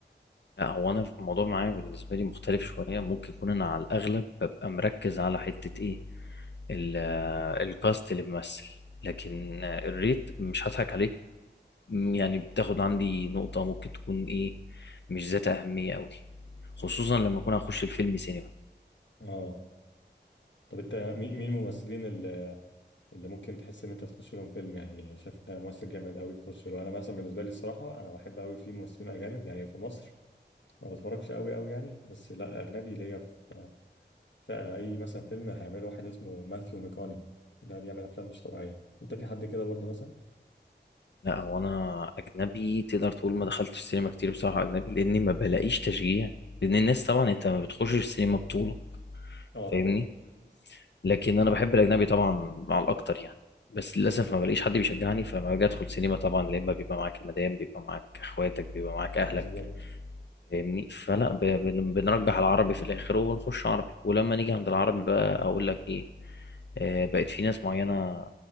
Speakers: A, on the left; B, on the left.
A: لا هو انا في الموضوع معايا بالنسبه لي مختلف شويه ممكن يكون انا على الاغلب ببقى مركز على حته ايه ال- الكاست اللي بيمثل لكن الريت مش هضحك عليك م- يعني بتاخد عندي نقطه ممكن تكون ايه مش ذات اهميه قوي خصوصا لما اكون هخش الفيلم سينما
B: اه طب انت مين مين الممثلين اللي اللي ممكن تحس ان انت تخش لهم فيلم يعني شايف ده ممثل جامد قوي تخش له انا مثلا بالنسبه لي الصراحه انا بحب قوي في ممثلين اجانب يعني في مصر ما بتفرجش قوي قوي يعني بس لا اجنبي ليا في في اي مثلا فيلم هيعمله واحد اسمه ماثيو ميكوني ده بيعمل افلام مش طبيعيه انت في حد كده برضه مثلا
A: لا هو انا اجنبي تقدر تقول ما دخلتش سينما كتير بصراحه اجنبي لاني ما بلاقيش تشجيع لان الناس طبعا انت ما بتخشش السينما بطوله
B: اه
A: فاهمني
B: طبعا
A: لكن انا بحب الاجنبي طبعا مع الاكتر يعني بس للاسف ما بلاقيش حد بيشجعني فلما باجي ادخل سينما طبعا يا اما بيبقى معاك المدام بيبقى معاك اخواتك بيبقى معاك اهلك
B: بالظبط
A: فاهمني فلا ب- بن- بنرجح العربي في الاخر وبنخش عربي ولما نيجي عند العربي بقى اقول لك ايه آه، بقت في ناس معينه